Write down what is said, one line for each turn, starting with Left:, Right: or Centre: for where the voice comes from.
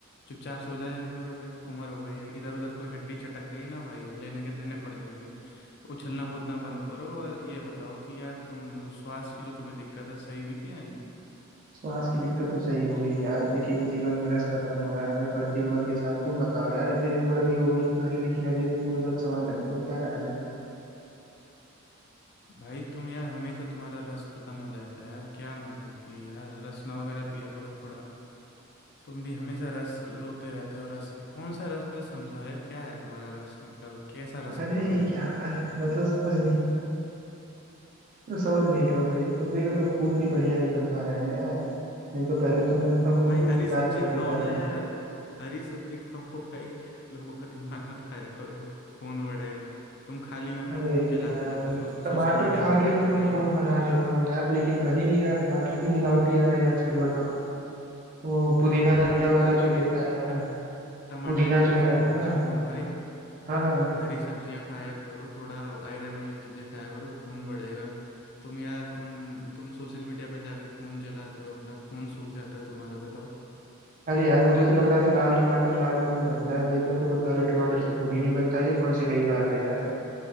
Left: चुपचाप सो जाया करो भाई उम्र हो गई है इधर उधर कोई हड्डी चटक गई ना भाई लेने के देने पड़ जाएंगे तो उछलना कूदना बंद करो और ये बताओ कि यार तुम श्वास की जो तुम्हें दिक्कत है सही हुई कि या नहीं
Right: श्वास की दिक्कत तो सही हो गई यार लेकिन जीवन में रस खत्म हो रहा है भाई बढ़ती उम्र के साथ तुम बताओ यार इतनी उम्र भी हो गई तुम्हारी लेकिन अभी भी तुम एकदम जवान लगते हो क्या राज है
Left: भाई तुम यार हमेशा तुम्हारा रस खत्म हो जाता है यार क्या मतलब कि यार रसना वगैरह पिया करो थोड़ा तुम भी हमेशा रस रोते रहते हो रस क्या कौन सा रस मुझे समझाओ यार क्या है तुम्हारा रस मतलब कैसा रस
Right: अरे
Left: खत्म हो जाता
Right: यार
Left: है
Right: मतलब समझ नहीं मतलब समझ नहीं रहे हो भाई मतलब देख रहे हो खून भी बढ़िया नहीं बन पा रहा है ना यार नहीं तो पहले तो मैं थोड़ा खून
Left: भाई
Right: वून
Left: हरी
Right: भी
Left: सब्जी
Right: दान कर
Left: खाओ
Right: देता
Left: ना
Right: था
Left: यार हरी सब्जी खाओ <laughs> भाई लोगों का दिमाग मत खाया करो खून बढ़ेगा तुम खाली में अपना
Right: अरे
Left: खून जलाते
Right: यार
Left: रहते हो सो, सोशल
Right: टमाटर
Left: मीडिया
Right: खा
Left: पे जाके
Right: के तो मैं
Left: भाई
Right: खून बना देता हूँ यार लेकिन बन ही नहीं रहा टमाटर भी मिलावटी आ रहे हैं आजकल बताओ वो
Left: भाई
Right: पुदीना
Left: टमाटर
Right: धनिया वाला
Left: खा के
Right: जो
Left: नहीं
Right: देता है यार
Left: ट- टमाटर
Right: पुदीना
Left: खा
Right: जो
Left: के
Right: है
Left: नहीं
Right: अपना
Left: बढ़ता है खून भाई
Right: हाँ हाँ
Left: हरी सब्जियां खाया करो थोड़ा आयरन वाली चीजें खाया करो खून बढ़ेगा तुम यार तुम तुम सोशल मीडिया पे जाके खून जलाते हो अपना खून सूख जाता है तुम्हारा बताओ
Right: अरे यार मुझे तो लग रहा था लाल टमाटर लाल खून बनता है भाई तुम तो बता रहे हो टमाटर से खून ही नहीं बनता ये कौन सी नई बात है यार